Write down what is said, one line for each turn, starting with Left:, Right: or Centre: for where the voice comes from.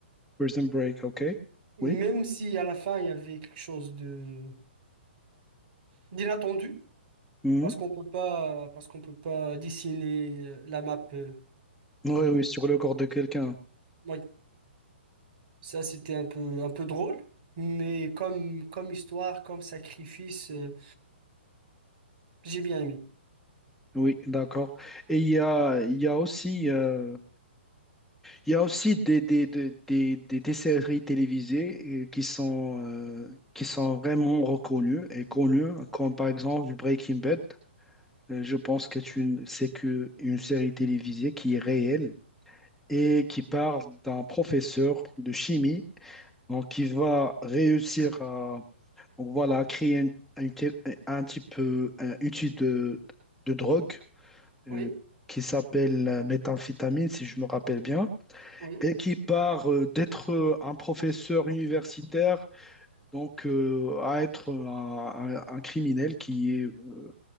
Centre: Prison Break, ok?
Right: Même
Centre: Oui.
Right: si à la fin il y avait quelque chose de d'inattendu,
Centre: Mhm.
Right: Parce qu'on peut pas, parce qu'on peut pas dessiner euh, la map euh,
Centre: Oui,
Right: de.
Centre: oui, sur le corps de quelqu'un.
Right: Ouais, ça c'était un peu, un peu drôle, mais comme, comme histoire, comme sacrifice, euh, j'ai bien aimé.
Centre: Oui, d'accord. Et il y a, il y a aussi, euh, il y a aussi des, des, des, des, des- des séries télévisées euh, qui sont, euh, qui sont vraiment reconnues et connues, comme par exemple Breaking Bad. Euh, Je pense que c'est une, c'est que une série télévisée qui est réelle et qui parle d'un professeur de chimie donc, qui va réussir à donc voilà, à créer un, un t- un type, euh, un outil de, de drogue euh,
Right: Oui,
Centre: qui s'appelle euh, méthamphétamine, si je me rappelle bien,
Right: oui,
Centre: et qui part euh, d'être euh, un professeur universitaire donc euh, à être un, un- un criminel qui est euh,